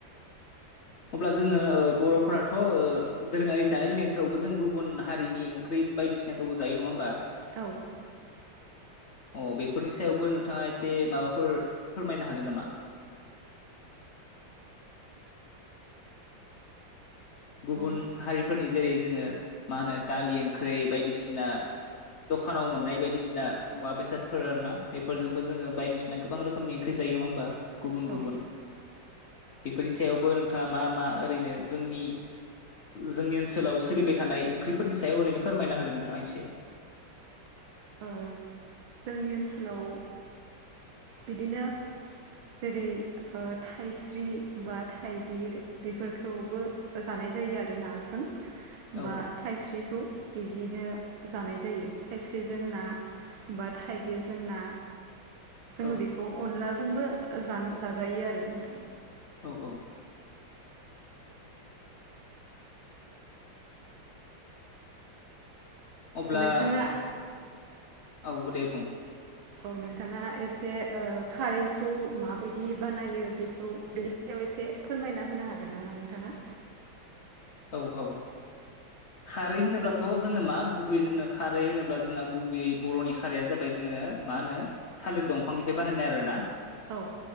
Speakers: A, on the left; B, on the right.
A: अब्ला जोङो बर'फोराथ' दोरोङारि जानाय लोंनायनि सायावबो जों गुबुन हारिनि ओंख्रि बायदिसिनाखौबो जायो नङा होमबा।
B: औ।
A: अ बेफोरनि सायावबो नोंथाङा एसे माबाफोर फोरमायनो हागोन नामा? गुबुन
B: औ
A: हारिफोरनि जेरै जोङो मा होनो दालि ओंख्रि बायदिसिना दखानाव मोननाय बायदिसिना मुवा बेसादफोर आर ना बेफोरजोंबो जोङो बायदिसिना गोबां रोखोमनि ओंख्रि जायो नङा होमबा। गुबुन
B: औ
A: गुबुन बेफोरनि सायावबो नोंथाङा मा मा ओरैनो जोंनि जोंनि ओनसोलाव सोलिबाय थानाय ओंख्रिफोरनि सायाव ओरैनो फोरमायना होदों नोंथाङा एसे।
B: ओ जोंनि ओनसोलाव बिदिनो जेरै थाइस्रि बा थाइगिर बेफोरखौबो जानाय जायो आरो नाजों
A: औ
B: बा थाइस्रिखौ बिदिनो जानाय जायो थाइस्रिजों ना, बा थाइगिरजों ना जोङो
A: औ
B: बेखौ अनलाजोंबो जाजायो आरो नोंथां।
A: औ औ। अब्ला
B: नोंथाङा
A: औ दे बुं
B: औ नोंथाङा एसे खारैखौ माबायदि बानायो बेखौ बेयाव एसे फोरमायना होनो हागोन नामा नोंथाङा?
A: औ औ खारै होनोब्लाथ' जोङो मा गुबै जोंनो खारै होनोब्ला जोंना गुबैयै बर'नि खारियानो जाबाय जोङो मा होनो थालिर दंफांनिफ्राय बानायनाय आरो ना।
B: औ